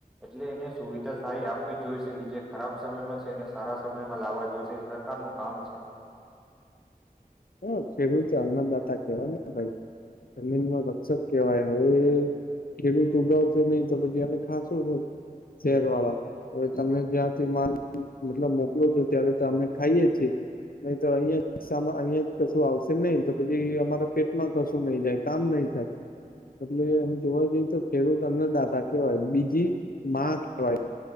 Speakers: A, in the centre; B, on the left (about 70°).
A: એટલે એને સુવિધા સારી આપવી જોઈશ એ લીધે જે ખરાબ સમયમાં છે એને સારા સમયમાં લાવવા જોઈશે એ સરકારનું કામ છે.
B: હા ખેડૂત અન્નદાતા કેવાય ને ભાઈ જમીન ન રક્ષક કેવાય હવે ખેડૂત ઉગાવશે નહી તો પછી અમે ખાશો છ શહેર વાળા હવે તમે જ્યાંથી માલ મતલબ મોકલો છો ત્યારે તો અમે ખાઈએ છીએ નહી તો અહિયાં સા અહિયાં કશું આવશે નહી તો પછી અમારા પેટમાં કશું નહી જાય કામ નહી થાય એટલે અમ જોવા જઈએ તો ખેડૂત અન્નદાતા કહેવાય બીજી માં કહેવાય.